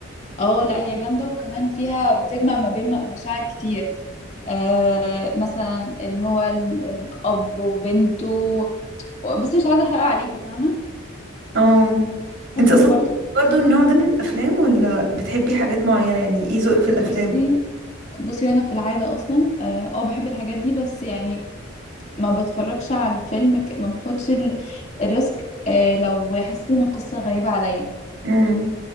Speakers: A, on the left; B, on the right.
A: اه لا هي جامدة وكمان فيها بتجمع ما بين م- مشاعر كتير آه مثلا اللي هو ال- الأب وبنته بس مش عايزة أحرق عليكي فاهمة
B: اه
A: ممكن
B: انت اصلا
A: برضو
B: برضو النوع ده من الافلام ولا بتحبي حاجات معينه يعني ايه ذوقك في الافلام
A: بصي بصي وأنا في العادة أصلا اه آه، بحب الحاجات دي بس يعني ما بتفرجش على الفيلم ك... ما باخدش ال- الريسك آه لو حسيت إن القصة غريبة عليا
B: امم